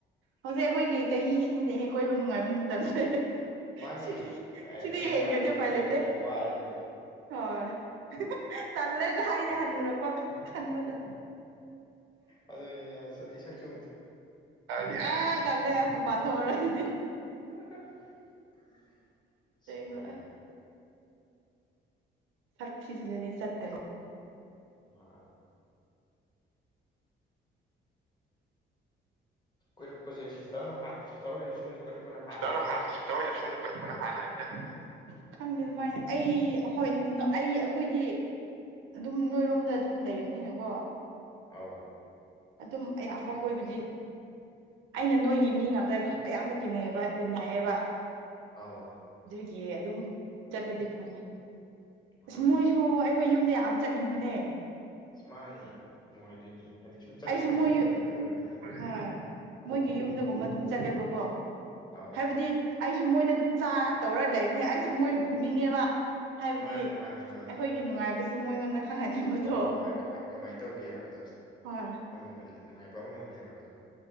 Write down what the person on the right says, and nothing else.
ꯍꯧꯖꯤꯛ ꯑꯩꯈꯣꯏꯒꯤ ꯆꯍꯤꯁꯤꯅꯤꯅꯦꯍꯦꯛ ꯀꯣꯏꯕ ꯅꯨꯡꯉꯥꯏꯕ ꯃꯇꯝꯁꯦ
ꯁꯤ
ꯁꯤꯗꯤ
ꯌꯦꯡꯒ꯭ꯔꯗꯤ ꯎꯄꯥꯏ
ꯂꯩꯇꯦ
ꯍꯣꯏ ꯇꯜꯂꯦꯗ ꯍꯥꯏꯅꯦ
ꯈꯟꯨꯔꯛ ꯋꯥ ꯈꯟꯕꯗ
ꯑ ꯆꯂꯦ ꯄꯥꯊ ꯋꯥꯔꯗꯤ
ꯕ ꯁꯥꯁꯤꯤ ꯖꯤꯂꯦꯅꯦ ꯆꯠꯇꯔꯦ
ꯈꯤꯇꯪ ꯈꯤꯠꯇꯪ ꯑꯣꯏꯅ ꯁꯣꯝꯅ ꯈꯣꯠꯄꯅ ꯍꯜꯂꯅꯤꯗ ꯈꯪꯗꯦ ꯑꯗꯨꯃꯥꯏꯅ ꯑꯩ ꯍꯣꯏ ꯑꯩ ꯑꯩꯈꯣꯏꯗꯤ ꯑꯗꯨꯝ ꯅꯣꯏꯔꯣꯝꯗ ꯑꯗꯨꯝ ꯂꯩꯕꯅꯤꯅꯀꯣ
ꯑꯗꯨꯝ ꯑꯌꯥꯝꯕ ꯀꯣꯏꯕꯗꯤ ꯑꯩꯅ ꯅꯣꯏꯒꯤ ꯃꯤ ꯉꯥꯛꯇ ꯑꯌꯥꯝꯕ ꯇꯤꯟꯅꯩꯌꯦꯕ ꯇꯤꯟꯅꯥꯏꯌꯦꯕ
ꯌꯦ ꯑꯗꯨꯝ ꯆꯠꯄꯗꯤ ꯐꯪꯉꯦ
ꯑꯁ ꯃꯣꯏꯁꯨ
ꯑꯩꯈꯣꯏ ꯌꯨꯝꯗ ꯌꯥꯝ ꯆꯠꯅꯤꯡꯕꯅꯦ
ꯑꯩꯁꯨ ꯃꯣꯏ
ꯍꯣꯏ ꯃꯣꯏꯒꯤ ꯌꯨꯝꯗꯒꯨꯝꯕ ꯑꯗꯨꯝ ꯆꯠꯂꯦꯕꯀꯣ
ꯍꯥꯏꯕꯗꯤ ꯑꯩꯁꯨ ꯃꯣꯏꯗ ꯑꯗꯨꯝ ꯆꯥ ꯇꯧꯔ ꯂꯩꯕꯅꯦ ꯑꯩꯁꯨ ꯃꯣꯏ ꯄꯨꯅꯤꯡꯉꯦꯕ ꯍꯥꯏꯕꯗꯤ
ꯑꯩꯈꯣꯏꯒꯤ ꯅꯨꯡꯉꯥꯏꯕꯁꯨ ꯃꯣꯏꯉꯣꯟꯗ ꯈꯪꯍꯟꯅꯤꯡꯕꯗꯣ
ꯍꯣꯏ